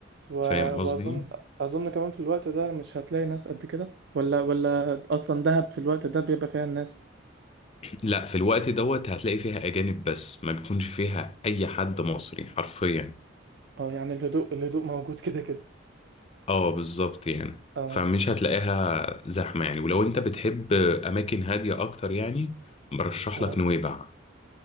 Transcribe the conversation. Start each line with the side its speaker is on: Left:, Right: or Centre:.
Right: و...
Left: فاهم
Right: واظن
Left: قصدي؟
Right: اظن كمان في الوقت ده مش هتلاقي ناس قد كده ولا ولا اصلا دهب في الوقت ده بيبقى فيها الناس
Left: لا في الوقت دوت هتلاقي فيها أجانب بس ما بيكونش فيها أي حد مصري حرفيا
Right: اه يعني الهدوء الهدوء موجود <laughs> كده كده
Left: اه بالظبط يعني
Right: اه
Left: فمش هتلاقيها زحمة يعني ولو انت بتحب أماكن هادية أكتر يعني برشح
Right: اه
Left: لك نويبع